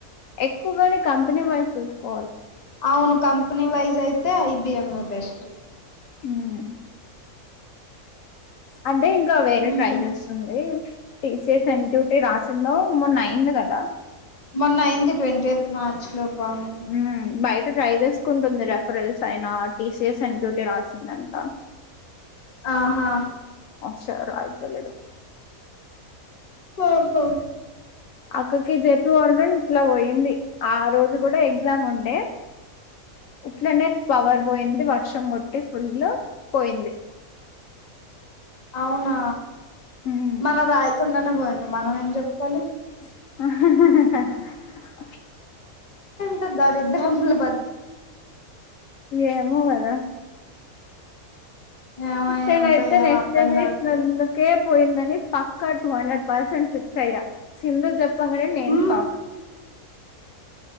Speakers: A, on the left; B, on the left.
A: ఎక్కువగాని కంపెనీ వాల్ చూసుకో
B: ఆవును కంపనీ వైజ్ అయితే ఐబిఎం ఎ బెస్ట్
A: ఊమ్ అంటే ఇంకా వేరే
B: ఉమ్,
A: ట్రై చేస్తుంది టీసీస్ ఎంక్యూటీ రాసిందో మొన్న అయింది కదా
B: మొన్న అయింది ట్వంటీ ఎయిత్ మార్చ్ స్లో పాను
A: మ్మ్ బయట ట్రై చేసుకుంటుంది రెఫరెల్స్ అయిన టీసీస్ ఎన్ డ్యూటీ రాసిందండి
B: ఆహా
A: షరాయితలేదు
B: ఓహో
A: అక్కకి జతు వరగాని ఇట్లా ఒయింది ఆ రోజు కూడా ఎగ్జామ్ ఉండే ఇట్లనే పవర్ బోయింది వర్షం ముట్టి ఫుల్ పోయింది
B: అవునా
A: మ్మ్
B: మనం రాయకుండానే పోయింది మనం ఏం జెప్పలి
A: ఆహ్ హ హ
B: త దరిద్రం లో
A: ఏమో గద
B: ఏమో
A: నేనైతే
B: ఏంటో ఏం
A: నెక్స్ట్
B: అర్థం
A: జనరేషనందుకే
B: కావట్లే
A: పోయిందని పక్క టూ హండ్రెడ్ పర్సెంట్ ఫిక్స్ అయ్యా సింధు చెప్పు పంగానే నేన్
B: మ్మ్
A: షాక్